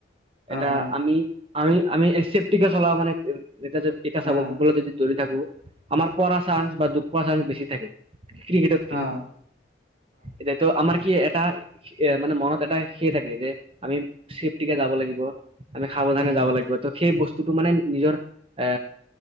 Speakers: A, on the right (about 85°); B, on the right (about 30°).
A: অ',
B: এটা আমি আমি আমি সেফটিকে চলাব মনে এ যে এতিয়া চাব
A: অ',
B: ফুটবলত যদি ধৰি থাকোঁ আমাৰ পৰা চাঞ্চ বা দুখ পোৱা চাঞ্চ বেছি থাকে। ক্ৰিকেটতকে,
A: অ',
B: এতিয়াতো আমাৰ কি এটা এ মানে ম'নত এটা সে থাকে যে আমি চেফটিকে যাব লাগিব। আমি সাৱধানে
A: উম,
B: যাব লাগিব ত' সেই বস্তুটো মানে নিজৰ এ